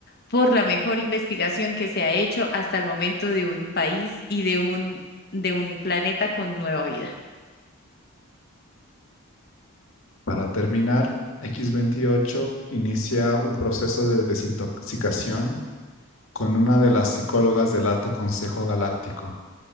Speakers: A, on the left (about 45°); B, on the left (about 60°).
A: por la mejor investigación que se ha hecho hasta el momento de un país y de un de un planeta con nueva vida.
B: Para terminar, X-28 inicia un proceso de desintoxicación con una de las psicólogas del Alto Consejo Galáctico.